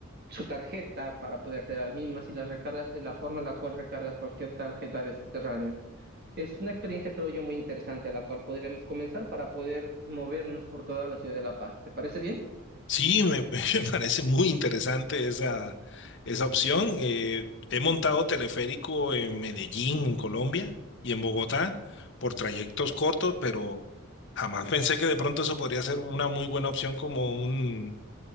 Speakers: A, on the right (about 50°); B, on the left (about 60°).
A: su tarjeta para poder hacer las mismas y las recargas de la forma en la cual recargas cualquier tarjeta de subterráneo. Es una experiencia, creo yo, muy interesante a la cual podríamos comenzar para poder movernos por toda la ciudad de La Paz. ¿Te parece bien?
B: Sí, me, <laughs> me parece muy interesante esa, esa opción. Eh, he montado teleférico en Medellín, en Colombia, y en Bogotá por trayectos cortos, pero jamás pensé que de pronto eso podría ser una muy buena opción como un,